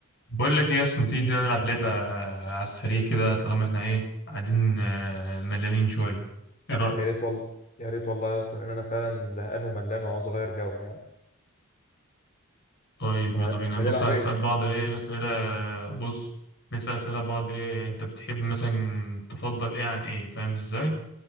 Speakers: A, on the left; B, on the left.
A: بقول لك ايه اصلا تيجي كده نلعب لعبة على السريع كده طالما احنا ايه قاعدين آه، ملانين شوية ايه رأيك؟
B: يا ريت والله يا ريت والله يا اسطى ان انا فعلا زهقان وملان وعاوز اغير جو يعني
A: طيب
B: طب
A: يلا بينا
B: هنلعب
A: نبص هنسأل
B: ايه
A: بعض ايه أسئلة بص نسأل أسئلة بعض ايه انت بتحب مثلا تفضل ايه عن ايه فاهم ازاي؟